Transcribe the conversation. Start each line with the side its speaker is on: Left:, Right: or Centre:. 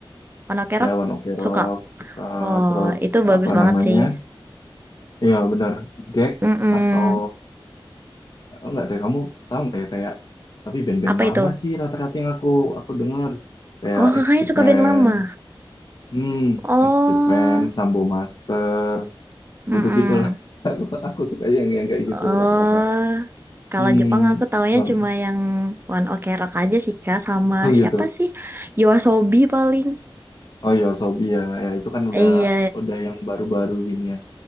Right: One Ok
Left: ya
Right: Rock
Left: One Ok Rock,
Right: suka.
Left: suka
Right: Oh,
Left: terus
Right: itu bagus
Left: apa
Right: banget
Left: namanya?
Right: sih.
Left: Iya benar, Gek
Right: Mm-mm.
Left: atau oh, enggak deh kamu tahu nggak ya kayak tapi band-band
Right: Apa
Left: lama
Right: itu?
Left: sih rata-rata yang aku aku dengar kayak
Right: Oh, kakaknya
Left: X Japan,
Right: suka band lama.
Left: hmm,
Right: Oh,
Left: X Japan, Sambo Master,
Right: mm
Left: gitu-gitu lah. <laughs> Aku, aku suka yang yang kayak gitu
Right: Oh,
Left: rata-rata.
Right: kalau
Left: Hmm,
Right: Jepang aku taunya
Left: um,
Right: cuma yang One Ok Rock aja sih Kak, sama
Left: oh gitu.
Right: siapa sih? Yoasobi paling.
Left: Oh iya, Sobi ya. Ya itu kan udah
Right: Iya,
Left: udah yang baru-baru gini ya.